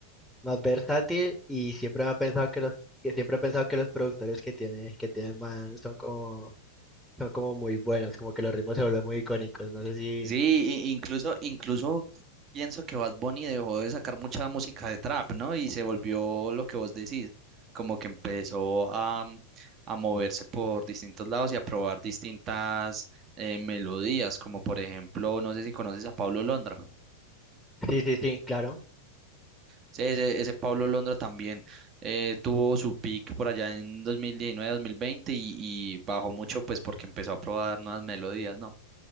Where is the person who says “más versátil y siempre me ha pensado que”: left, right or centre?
Centre